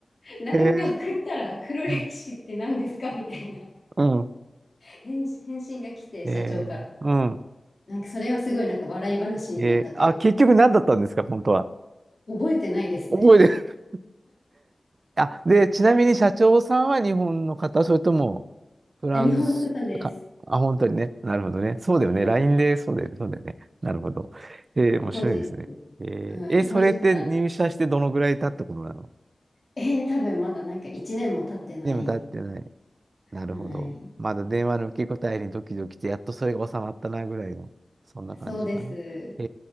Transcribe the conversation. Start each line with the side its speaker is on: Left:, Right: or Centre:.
Left: LINE
Right: へえ、
Left: で送ったら黒歴史って何ですかみたいな
Right: うん、うん、
Left: 返事、返信が来て、
Right: へえ、
Left: 社長から。
Right: うん。
Left: なんかそれはすごいなんか笑い話になったという。
Right: えーあ、結局何だったんですか、本当は。
Left: 覚えてないですね。
Right: 覚えて、あ、で、ちなみに社長さんは日本の方、それともフランスか、
Left: あ日本の方です。
Right: あ、本当にね。なるほどね。そうだよね。
Left: はい。
Right: LINE で、そうだよね。そうだよね。なるほど。えー、
Left: 後日、
Right: 面白いですね。えーえそれって入社してどのぐらい経ったことなの
Left: はい。後日、あえー多分まだなんか1年も経ってない。
Right: でも経ってない。なるほど。
Left: はい。
Right: まだ電話の受け答えにドキドキして、やっとそれが収まったなぐらいの、そんな感じかな。
Left: そうです。
Right: え